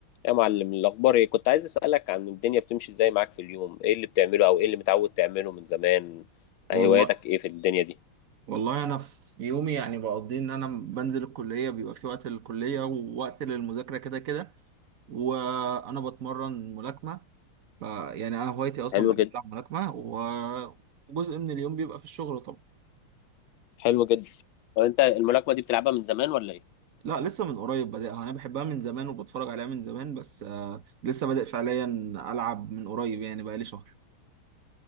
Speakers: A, on the left; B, on the right.
A: يا معلم الأخبار إيه؟ كنت عايز أسألك عن الدنيا بتمشي إزاي معاك في اليوم، إيه اللي بتعمله أو إيه اللي متعود تعمله من زمان،
B: والله
A: هواياتك إيه في الدنيا دي؟
B: والله انا في يومي يعني بقضي ان انا بنزل الكليه بيبقى في وقت للكليه ووقت للمذاكره كده كده وانا بتمرن ملاكمه فيعني انا هوايتي اصلا
A: حلو
B: بحب
A: جدا،
B: العب ملاكمه و- وجزء من اليوم بيبقى في الشغل طبعا
A: حلو جدا، وأنت الملاكمة دي بتلعبها من زمان ولا إيه؟
B: لا لسه من قريب بادئها انا بحبها من زمان وبتفرج عليها من زمان بس آه، لسه بادئ فعليا العب من قريب يعني بقالي شهر